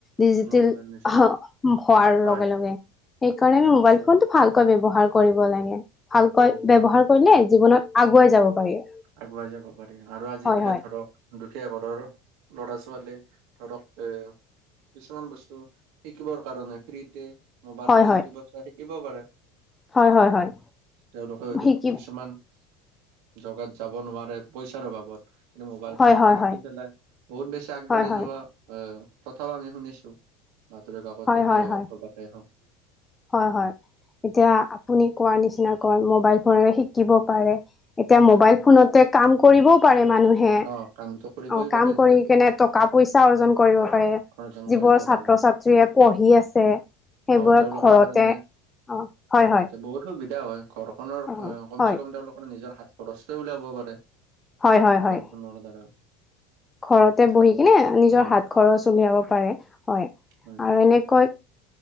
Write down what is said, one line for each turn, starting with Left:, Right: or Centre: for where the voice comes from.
Left: ডিজিটেল
Right: নগৰৰ নিচিনা।
Left: হোৱাৰ
Right: হয়
Left: লগে, লগে সেইকাৰণে
Right: হয়
Left: আমি মোবাইল
Right: নিশ্চয়
Left: ফোনটো ভালকৈ ব্যৱহাৰ কৰিব লাগে ভালকৈ
Right: কৰিব
Left: ব্যৱহাৰ
Right: লাগে
Left: কৰিলে জীৱনত আগুৱাই যাব পাৰি।
Right: আগুৱাই যাব পাৰি আৰু আজিকালি
Left: হয় হয়
Right: ধৰক দুখীয়া ঘৰৰ ল'ৰা, ছোৱালী ধৰক এ কিছুমান বস্তু শিকিবৰ কাৰণে ফ্ৰীতে মোবাইলতে
Left: হয় হয়
Right: ইউটিউবত চাই শিকিব পাৰে
Left: হয় হয় হয়
Right: তেওঁলোকে হয়তো
Left: শিকি
Right: কিছুমান জেগাত যাব নোৱাৰে পইচাৰ অভাবত। কিন্তু মোবাইলতো
Left: হয়
Right: লওঁতে
Left: হয়
Right: শিকি
Left: হয়
Right: পেলাই বহুত বেছি আগবাঢ়ি
Left: হয় হয়
Right: যোৱা আহ, কথাও আমি শুনিছোঁ বাতৰি কাকততে
Left: হয় হয় হয়
Right: অ কবাতে হওঁক,
Left: হয়, হয়, এতিয়া আপুনি কোৱাৰ নিচিনা কৈ মোবাইল ফোনেৰে শিকিব পাৰে। এতিয়া মোবাইল
Right: আৰে
Left: ফোনতে কাম কৰিবও পাৰে মানুহে।
Right: অ কামটো কৰিবই
Left: অ,
Right: পাৰে
Left: কাম কৰি কেনে টকা পইচা অৰ্জন কৰিব পাৰে।
Right: অৰ্জন
Left: যিবোৰ
Right: কৰিব
Left: ছাত্ৰ
Right: পাৰে
Left: ছাত্ৰীয়ে পঢ়ি আছে সেইবোৰক
Right: অ তেওঁলোকৰ
Left: ঘৰতে
Right: কাৰণে
Left: অ, হয়,
Right: ঘৰতে
Left: হয়।
Right: বহুত সুবিধা হয় ঘৰখনৰ
Left: অ
Right: ক কমচে
Left: হয়
Right: কম তেওঁলোকৰ নিজৰ হাত খৰচটোই উলিয়াব পাৰে।
Left: হয় হয়
Right: মোবাইল
Left: হয়
Right: ফোনৰ দ্বাৰা,
Left: ঘৰতে বহি
Right: আৰু
Left: কিনে নিজৰ
Right: উম
Left: হাত খৰচ উলিয়াব পাৰে হয়,
Right: হয়
Left: আৰু এনেকৈ